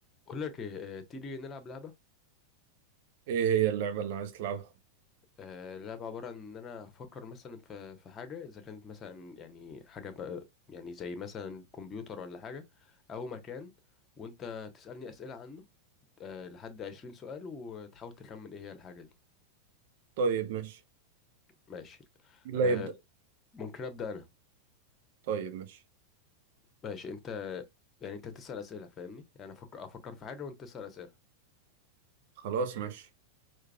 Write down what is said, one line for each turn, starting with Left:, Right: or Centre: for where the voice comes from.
Left: بقول لك إيه، آه، تيجي نلعب لعبة
Right: ايه هي اللعبة اللي عايز تلعبها؟
Left: آه، اللعبة عبارة عن إن أنا أفكر مثلا في في حاجة إذا كانت مثلا يعني حاجة بقى يعني زي مثلا كمبيوتر ولا حاجة أو مكان وأنت تسألني أسئلة عنه آه، لحد عشرين سؤال وتحاول تخمن إيه هي الحاجة دي
Right: طيب ماشي
Left: ماشي
Right: لا
Left: آه،
Right: يبدأ
Left: ممكن أبدأ أنا
Right: طيب ماشي
Left: ماشي أنت يعني أنت تسأل أسئلة فاهمني يعني أفكر أفكر في حاجة وأنت تسأل أسئلة
Right: خلاص ماشي